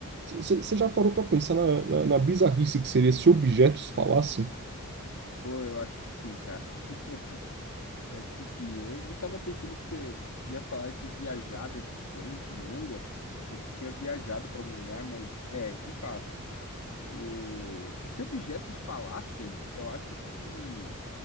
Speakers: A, on the right; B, on the left.
A: você já parou pra pensar na, na, na bizarrice que seria se objetos falassem?
B: <laughs> Pô, eu acho que sim, cara. <laughs> Eu acho, eu acho que sim. Eu, eu tava pensando que você ia falar de viajada distante, longa. Pensei que você tinha viajado para algum lugar, mas é, de fato. O... Se objetos falassem, eu acho que.